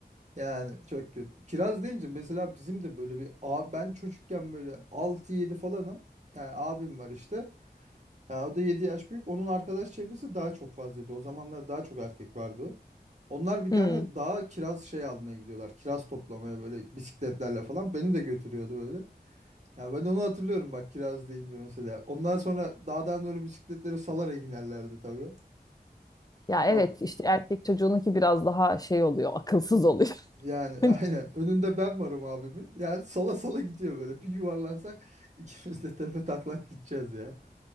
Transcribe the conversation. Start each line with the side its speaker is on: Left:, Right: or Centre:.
Right: Yani çok kötü. Kiraz deyince mesela bizim de böyle bir abi ben çocukken böyle altı yedi falanım. Yani abim var işte. Ya o da 7 yaş büyük. Onun arkadaş çevresi daha çok fazlaydı. O zamanlar daha çok erkek vardı. Onlar bir tane
Left: Hmm.
Right: dağa kiraz şey almaya gidiyorlar. Kiraz toplamaya böyle bisikletlerle falan. Beni de götürüyordu böyle. Ya ben onu hatırlıyorum bak kiraz deyince mesela. Ondan sonra dağdan doğru bisikletleri salarak inerlerdi tabii.
Left: Ya evet
Right: O,
Left: işte erkek çocuğununki biraz daha şey oluyor, akılsız oluyor.
Right: yani <laughs>
Left: <laughs>
Right: aynen. Önünde ben varım abimin. Yani sala sala gidiyor böyle. Bir yuvarlansak ikimiz de tepe taklak gideceğiz ya.